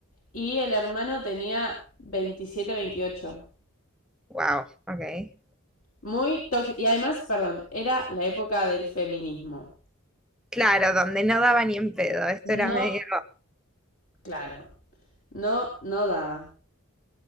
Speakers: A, on the left (about 70°); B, in the centre.
A: y el hermano tenía 27 28.
B: Wow, ok.
A: Muy tóxico. Y además, perdón, era la época del feminismo.
B: Claro, donde no daba ni en pedo, esto era
A: No,
B: medio...
A: claro, no, no daba.